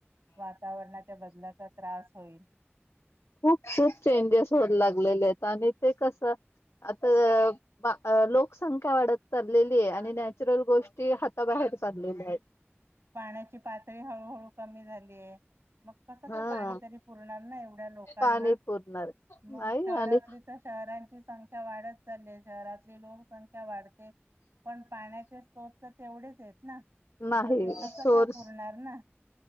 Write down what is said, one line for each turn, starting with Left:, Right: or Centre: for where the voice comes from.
Right: वातावरणाच्या बदलाचा त्रास होईल.
Left: खूप खूप चेंजेस होत लागलेले आहेत आणि ते कस आता लोकसंख्या वाढत चाललेली आहे
Right: हा
Left: आणि नॅचरल गोष्टी
Right: मग
Left: हाताबाहेर चाललेल्या आहेत
Right: पाण्याची पातळी हळूहळू कमी झालीय मग कसं
Left: हा
Right: काय पाणी तरी पुरणार ना एवढ्या लोकांना
Left: पाणी पुरणार
Right: मग
Left: नाही
Right: शहरातली
Left: आणि
Right: तर शहरांची संख्या वाढत चालली शहरातली लोकसंख्या वाढते पण पाण्याचे स््रोत तर तेवढेच आहेत ना
Left: नाही
Right: मग ते कसं
Left: सोर्स
Right: काय पुरणार ना.